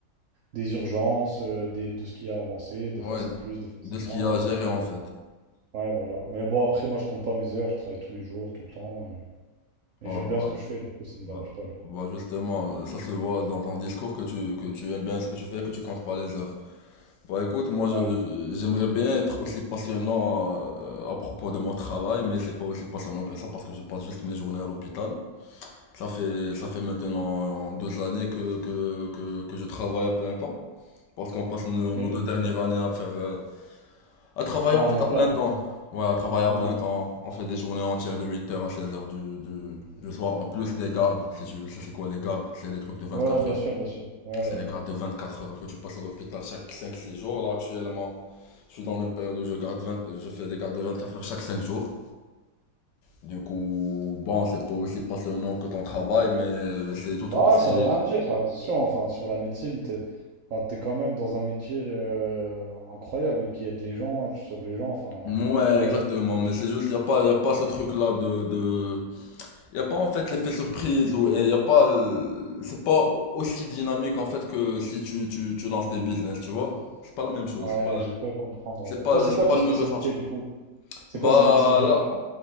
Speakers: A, on the right; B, on the left.
A: des urgences, euh, des, de ce qui a avancé. Des
B: Ouais,
A: fois c'est plus, des fois
B: de
A: c'est
B: ce
A: moins,
B: qu'il y a
A: mais
B: à gérer en fait.
A: ouais, voilà. Mais bon, après, moi je compte pas mes heures, je travaille tous les jours, tout le temps, euh,
B: Ouais,
A: et j'aime bien
B: bah,
A: ce que je fais, du coup ça me
B: bah,
A: dérange pas, du coup.
B: bah, justement, euh, ça se voit dans ton discours que tu, que tu aimes bien ce que tu fais, que tu comptes pas les heures. Bah écoute, moi
A: Ouais,
B: je, je- j'aimerais bien être aussi passionnant euh, à propos de mon travail, mais c'est pas aussi passionnant que ça parce que je passe juste mes journées à l'hôpital. Ça fait, ça fait maintenant euh, deux années que, que, que, que je travaille à plein temps. Parce qu'on passe nos,
A: ok.
B: nos deux dernières années à faire, euh, À travailler
A: Ouais,
B: en fait
A: en interne.
B: à plein temps. Ouais, à travailler à
A: Mm.
B: plein temps. On fait des journées entières de huit heures à seize heures du, du, du soir. En plus des gardes, si tu sais c'est quoi les gardes, c'est les trucs de vingt-quatre
A: Ouais, ouais, bien
B: heures.
A: sûr, bien sûr. Ouais,
B: C'est
A: ouais.
B: les
A: ouais.
B: gardes de 24 heures que tu passes à l'hôpital chaque cinq six jours. Là actuellement, je suis dans une période où je garde 20 je fais des gardes de 24 heures chaque 5 jours. Du coup, bon, c'est pas aussi passionnant que ton travail, mais c'est tout,
A: Bah,
B: c'est,
A: ça veut rien dire, ça. attention, enfin, sur la médecine, t'es, enfin, t'es quand même dans un métier euh, incroyable qui aide les gens, et tu sauves les gens, enfin,
B: ouais,
A: tu vois,
B: exactement, mais c'est juste, y a pas, y a pas ce truc-là de, de, Il n'y a pas en fait l'effet surprise ou et y a pas le- c'est pas aussi dynamique en fait que si tu, tu, tu lances des business, tu vois. C'est pas la même chose,
A: Ouais,
B: c'est pas le,
A: je crois comprendre.
B: c'est
A: ouais.
B: pas
A: Toi,
B: le-
A: c'est
B: c'est
A: quoi
B: pas
A: ta
B: le
A: spécialité
B: même ressenti.
A: du coup? C'est
B: Bah
A: quoi, c'est médecine générale?
B: là,